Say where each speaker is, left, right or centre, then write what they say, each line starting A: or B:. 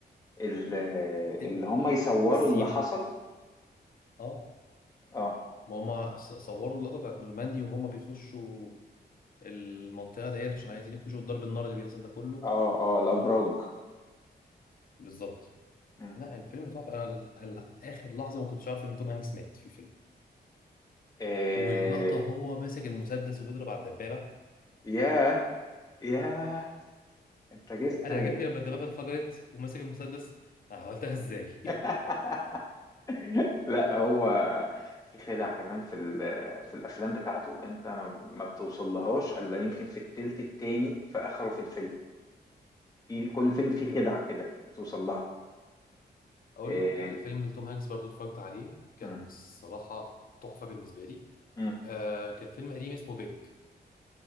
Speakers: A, on the left; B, on the left.
A: ال-
B: ال-
A: اللي هم يصوروا
B: السين
A: اللي حصل
B: اه
A: اه
B: ما هما ص- صوروا اللقطة بتاعت نورماندي وهما بيخشوا المنطقة ديت عشان عايزين يخشوا ضرب النار اللي بيحصل ده كله
A: اه اه الابراج
B: لا بالظبط
A: مم.
B: لا الفيلم تحفة أنا ال- ال- آخر لحظة ما كنتش عارف إن توم هانكس مات في الفيلم
A: إيه
B: واللقطة وهو ماسك المسدس وبيضرب على الدبابة
A: ياه ياه انت جبت
B: انا عاجبني لما الدبابه انفجرت وماسك المسدس أنا عملتها ازاي
A: <laughs>
B: <laughs>
A: لا هو في خدع كمان في ال- في الافلام بتاعته انت ما بتوصلهاش الا يمكن في التلت التاني في اخره في الفيلم في كل فيلم فيه
B: مم.
A: خدعة كده بتوصل لها
B: اقول
A: إيه
B: لك
A: إيه.
B: على فيلم لتوم هانكس برضو اتفرجت عليه كان
A: مم.
B: الصراحه تحفه بالنسبه لي
A: مم.
B: آه كان فيلم قديم اسمه بيج